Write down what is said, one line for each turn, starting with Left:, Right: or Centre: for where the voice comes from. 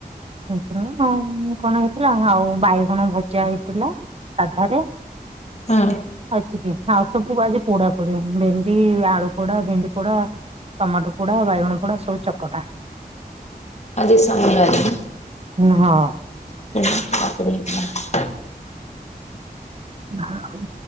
Right: ତାଙ୍କର ଆଉ କଣ ହେଇଥିଲା ଆଉ ବାଇଗଣ ଭଜା ହେଇଥିଲା। ସାଧରେ।
Left: ହୁଁ।
Right: ଏତିକି ଆଉ ସବୁ ଆଜି ପୋଡା ପୋଡି ଭେଣ୍ଡି ଆଳୁ ପୋଡା ଭେଣ୍ଡି ପୋଡା। ଟମାଟୁ ପୋଡା ବାଇଗଣ ପୋଡା ସବୁ ଚକଟା।
Left: ଆଜି ଶନିବାର ବି।
Right: ଉଁ ହଁ
Left: ହଁ <unintelligible> <unintelligible>
Right: ଆଉ